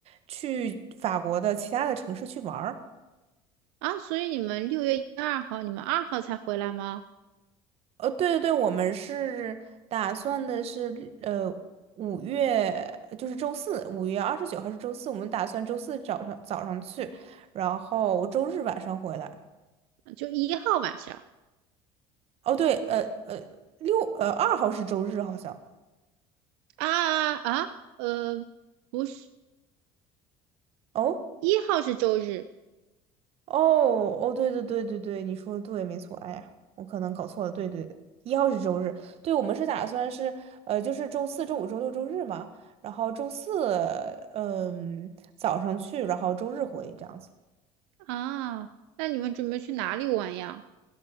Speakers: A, on the right; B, on the right.
A: 去法国的其他的城市去玩儿。
B: 啊，所以你们六月二号，你们二号才回来吗？
A: 呃，对对对，我们是打算的是，呃，五月就是周四，五月二十九号是周四，我们打算周四早上早上去，然后周日晚上回来。
B: 就一号晚上
A: 哦，对，呃呃，六呃二号是周日好像。
B: 啊啊啊，呃，不是，
A: 哦
B: 一号是周日
A: 哦哦，对对对对对，你说的对，没错。哎呀，我可能搞错了，对对对，一号是周日，对，我们是打算是，呃，就是周四周五周六周日嘛，然后周四呃嗯、早上去，然后周日回这样子。
B: 啊，那你们准备去哪里玩呀？